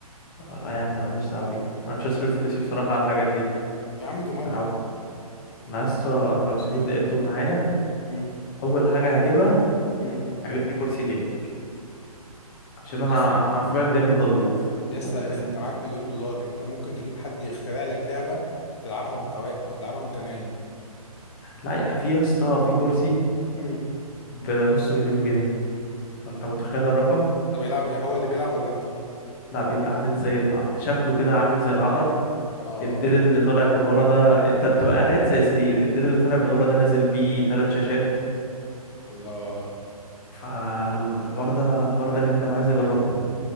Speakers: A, on the left (about 30°); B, on the left (about 45°).
A: آه لا يا عم مالناش دعوه بيها انا مش هصرف
B: طب
A: فلوسي بصراحه على الحاجات دي
B: يا عم دي مره
A: انا عب... انا يا اسطى انا لو صحيت لقيتهم معايا
B: امم
A: اول حاجه هجيبها
B: امم
A: هجيب لي كرسي جيمنج عشان انا
B: بس
A: انا حرفيا جالي الغضروف
B: يسا
A: ممكن
B: يسا انت معاك مليون دولار انت ممكن تجيب حد يخترع لك لعبة تلعبها وانت واقف او تلعبها وانت نايم
A: لا يا- في يا اسطى في كرسي
B: امم
A: بنص مليون جنيه فانت متخيل الرقم
B: ده بيلعب هو اللي بيلعب ولا انت
A: لا بيبقى عامل زي الع... شكله كده عامل زي العقرب
B: اه
A: الديل اللي
B: اه
A: طالع من ورا ده انت بتبقى قاعد زي سرير الديل اللي طالع من ورا ده نازل بيه تلات شاشات
B: الله
A: فالحوار ده الحوار ده جامد قوي عايز اجربه